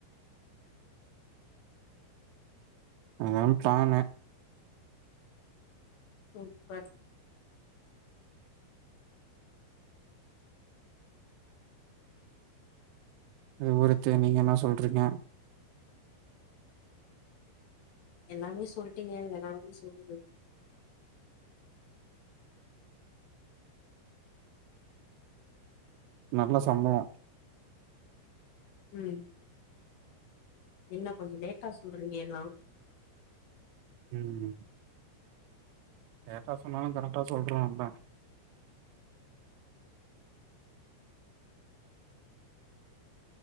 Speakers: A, on the right; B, on the left.
A: அதா ப்ளேனு
B: சூப்பர்
A: இது போல ட்ரெய்னிங்கெலா சொல்ருக்கே
B: எல்லாமே சொல்ட்டீங்க வே நா என்ன சொல்றது
A: நல்ல சம்பளோ
B: ம் என்ன கொஞ்ச லேட்டா சொல்றீங்க எல்லா
A: ம் லேட்டா சொன்னாலு கரெக்டா சொல்றோ இல்ல